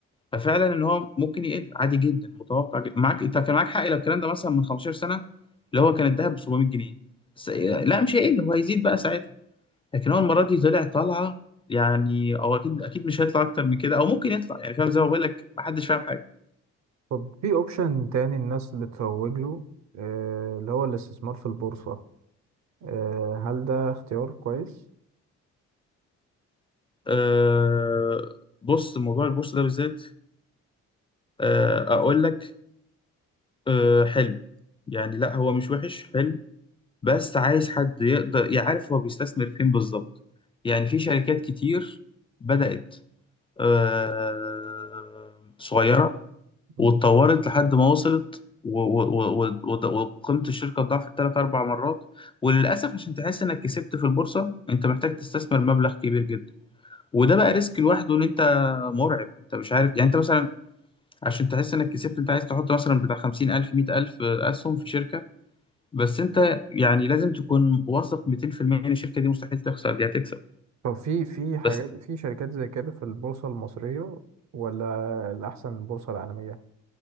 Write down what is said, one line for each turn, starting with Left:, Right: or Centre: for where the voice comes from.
Left: ففعلا ان هو ممكن يقل عادي جدا متوقع جدا. معاك انت كان معاك حق لو الكلام ده مثلا من 15 سنه اللي هو كان الذهب ب 700 جنيه س... لا مش هيقل هو هيزيد بقى ساعتها لكن هو المره دي طلع طالعه يعني او اكيد اكيد مش هيطلع اكتر من كده او ممكن يطلع يعني فاهم زي ما بقول لك محدش فاهم حاجه
Right: طب في أوبشن تاني الناس بتروج له آه اللي هو الاستثمار في البورصة آه هل ده اختيار كويس؟
Left: أه... بص موضوع البورصه ده بالذات أه... اقول لك أه... حلو يعني لا هو مش وحش حلو بس عايز حد يقدر يعرف هو بيستثمر فين بالظبط يعني في شركات كتير بدأت آه، صغيرة
Right: مم.
Left: واتطورت لحد ما وصلت و- و- و- و- وقيمة الشركة ضعفت تلات أربع مرات وللأسف عشان تحس إنك كسبت في البورصة أنت محتاج تستثمر مبلغ كبير جدا وده بقى ريسك لوحده إن أنت مرعب أنت مش عارف يعني أنت مثلا عشان تحس إنك كسبت أنت عايز تحط مثلا بتاع خمسين ألف مية ألف أسهم في شركة بس أنت يعني لازم تكون واثق 200% إن الشركة دي مستحيل تخسر دي هتكسب
Right: طب في في حاجات
Left: بس
Right: في شركات زي كده في البورصة المصرية ولا الأحسن البورصة العالمية؟